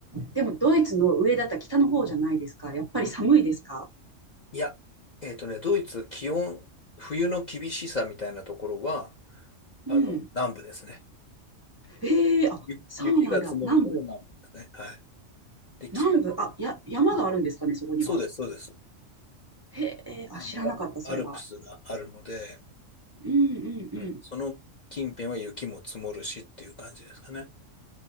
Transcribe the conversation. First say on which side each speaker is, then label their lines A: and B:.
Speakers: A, on the right; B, on the left.
A: でもドイツの上だったら北の方じゃないですか。やっぱり寒いですか
B: いや、えっとね、ドイツ、気温、冬の厳しさみたいなところは、
A: うん。
B: あの、南部ですね。
A: ええーあ、
B: ゆ雪が積もるのも南部ですね。
A: そうなんだ。南部。
B: はい。で、北は、
A: 南部。あ、や、山があるんですかね、そこには。
B: そうです、そうです。
A: へえ、あ、
B: あの、
A: 知らなかった、
B: アアルプスがあるので、
A: それは。うんうんうん。
B: うん、その近辺は雪も積もるしっていう感じですかね。